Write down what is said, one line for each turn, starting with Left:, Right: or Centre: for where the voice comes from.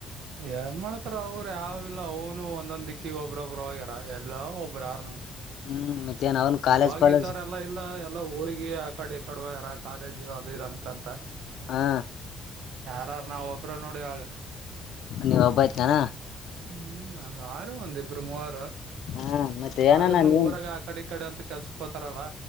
Right: ಏನ್ ಮಾಡ್ತಾರ ಅವರು ಯಾವಿಲ್ಲ ಅವನು ಒಂದೊಂದ್ ದಿಕ್ಕಿಗೆ ಒಬ್ಬ್ರೊಬ್ಬರು ಹೋಗ್ಯಾರ ಎಲ್ಲಾ ಒಬ್ಬ್ರ ಯಾರ ಉಂಟ
Left: ಹ್ಮ್ <inaudible> ಕಾಲೇಜ್
Right: ಅವಾಗಿದ್ದಾರೆ
Left: ಪಾಲೇಜ್
Right: ಎಲ್ಲಾ ಇಲ್ಲ ಎಲ್ಲ ಊರಿಗೆ ಆ ಕಡೆ ಕಡುವ ಯಾರ ಕಾಲೇಜ್ ಅದು ಅನ್ಕಂತ
Left: ಹಾ
Right: ಧರ್ ನೋಗ ನೋಡಿ ಆಗ
Left: ನೀವ್ ಒಬ್ಬ ಆಯ್ತಾನ
Right: ಹ್ಮ್ರು ಒಂದಿಬ್ರು ಮೂವರು
Left: ಹ್ಮ ಮತ್ತೆ ಏನಣ
Right: ಆದ್ರೂನು
Left: ನೀನ್
Right: ಊರಾಗ ಆ ಕಡೆ ಅಂತ ಕೆಲ್ಸಕ್ ಹೋತಾರಲ್ಲಾ